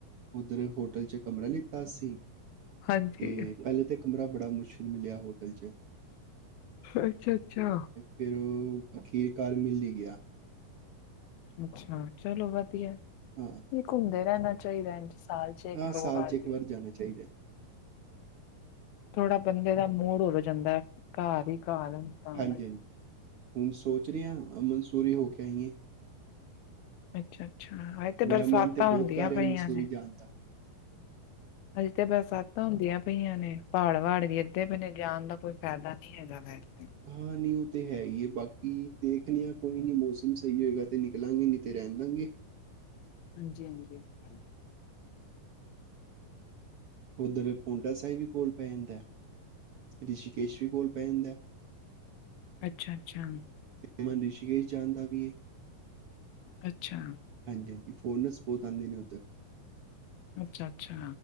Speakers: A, on the right; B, on the left.
A: ਉੱਧਰ ਹੋਟਲ ਚ ਕਮਰਾ ਲਿੱਤਾ ਅਸੀਂ।
B: ਹਾਂਜੀ।
A: ਤੇ ਪਹਿਲੇ ਤਾਂ ਕਮਰਾ ਬੜਾ ਮੁਸ਼ਕਿਲ ਮਿਲਿਆ ਹੋਟਲ ਚ
B: ਅੱਛਾ, ਅੱਛਾ
A: ਫੇਰ ਉਹ ਅਖੀਰਕਾਰ ਮਿਲ ਹੀ ਗਿਆ
B: ਅੱਛਾ, ਚਲੋ ਵਧੀਆ
A: ਹਾਂ
B: ਇਹ ਘੁੰਮਦੇ ਰਹਿਣਾ ਚਾਹੀਦਾ ਇ ਸਾਲ ਚ ਇੱਕ
A: ਹਾਂ
B: ਦੋ
A: ਸਾਲ
B: ਵਾਰ
A: 'ਚ ਇੱਕ ਜਾਣਾ ਚਾਹੀਦਾ
B: ਥੋੜਾ ਬੰਦੇ ਦਾ ਮੂਡ ਹੋਰ ਜਾਂਦਾ ਹੈ, ਘਰ ਹੀ ਘਰ ਤਾਂ
A: ਹਾਂਜੀ -ਹਾਂਜੀ ਹੁਣ ਸੋਚ ਰਹੀ ਹਾਂ ਅਮਨਸੂਰੀ ਹੋ ਕੇ ਆਈਏ
B: ਅੱਛਾ- ਅੱਛਾ ਹਜੇ ਤੇ
A: ਮੇਰਾ
B: ਬਰਸਾਤਾਂ
A: ਮਨ ਤੇ
B: ਹੁੰਦੀਆਂ
A: ਬਹੁਤ ਕਰ ਰਿਹਾ
B: ਪਈਆਂ
A: ਮਨਸੂਰੀ
B: ਨੇ
A: ਜਾਣ ਦਾ
B: ਹਜੇ ਤਾਂ ਬਰਸਾਤਾਂ ਹੁੰਦੀਆਂ ਪਈਆਂ ਨੇ ਪਹਾੜ ਵਾੜ ਵੀ ਇੱਥੇ ਕਿਤੇ ਜਾਣ ਦਾ ਕੋਈ ਫਾਇਦਾ ਨੀ <inaudible> <inaudible>
A: ਹਾਂ ਨਹੀਂ ਉਹ ਤੇ ਹੈ ਹੀ ਹੈ ਬਾਕੀ ਦੇਖਦੇ ਆ ਕੋਈ ਨੀ ਮੌਸਮ ਸਹੀ ਹੋਏਗਾ ਤੇ ਨਿਕਲਾਂਗੇ ਨਹੀਂ ਤੇ ਰਹਿਣ ਦੇਵਾਂਗੇ <inaudible> <inaudible>
B: ਹਾਂਜੀ- ਹਾਂਜੀ
A: ਉਧਰ ਪੋਂਡਾ ਸਾਹਿਬ ਵੀ ਕੋਲ ਪੈ ਜਾਂਦਾ। ਰਿਸ਼ਕੇਸ਼ ਵੀ ਕੋਲ ਪੈ ਜਾਂਦਾ।
B: ਅੱਛਾ-ਅੱਛਾ,
A: ਮਨ ਰਿਸ਼ੀਕੇਸ਼ ਜਾਣਦਾ ਵੀ ਏ।
B: ਅੱਛਾ,
A: ਹਾਂਜੀ-ਹਾਂਜੀ, ਫੋਰਨਸ ਬਹੁਤ ਆਉਂਦੇ ਨੇ ਉੱਧਰ।
B: ਅੱਛਾ-ਅੱਛਾ।